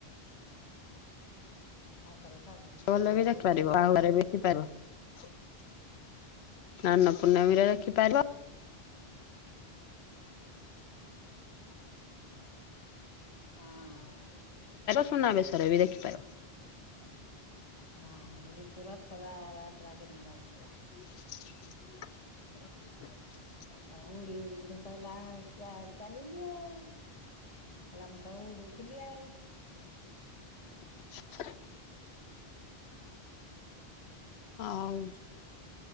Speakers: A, on the left (about 85°); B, on the left (about 35°).
A: <unintelligible> <unintelligible>
B: ତାଙ୍କର ସବୁ
A: ଦେଖିପାରିବ
B: ମାମାଲି ବୋଉ ଗୁଡୁଲୁ
A: <unintelligible>
B: ବୋଉ
A: <inaudible> ସ୍ନାନ ପୂର୍ଣ୍ଣମୀରେ
B: ହୁଁ
A: ଦେଖିପାରିବ -
B: ହଁ
A: ସୁନାବେଶରେ ବି ଦେଖିପାରିବ।
B: ନାହିଁ ରିତୁ ରଥ ଯା ଯାତ୍ରା ଦିନ ଯାଇଥିଲା।
A: <inaudible>
B: ଏ ତା ଉଡ଼ି ଉଡ଼ିକିନି କହିଲା ଚା ଚାଲିଲି ଆଉ କହିଲା ମୁଁ ତ ଉଡୁଥିଲି ଆଉ।
A: <inaudible> ଅ ଉ।